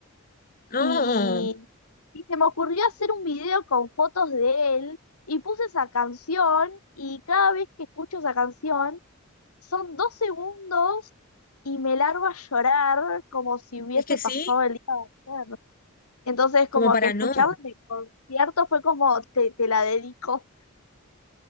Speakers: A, on the left; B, on the left.
A: no.
B: Y, y se me ocurrió hacer un video con fotos de él y puse esa canción y cada vez que escucho esa canción son dos segundos y me largo a llorar como si hubiese
A: Es que
B: pasado
A: sí,
B: el día de ayer. Entonces
A: como
B: como
A: para
B: que escucharla
A: no.
B: en el concierto fue como te, te la dedico,